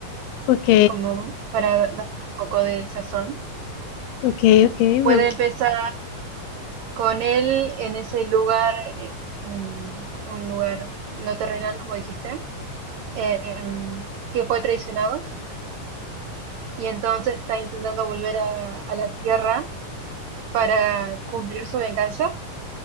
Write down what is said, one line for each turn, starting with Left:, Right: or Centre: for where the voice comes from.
Left: Ok,
Right: como para darle un poco de sazón.
Left: ok, ok,
Right: Puede
Left: me
Right: empezar con él en ese lugar, eh, en un lugar no terrenal, como dijiste, em, que fue traicionado y entonces está intentando volver a, a la tierra para cumplir su venganza.